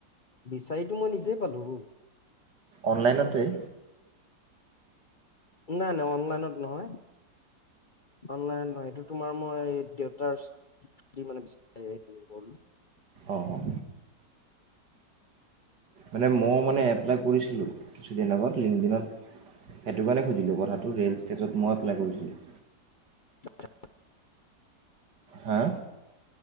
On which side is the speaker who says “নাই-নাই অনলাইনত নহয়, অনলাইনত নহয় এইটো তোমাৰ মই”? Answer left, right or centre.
Left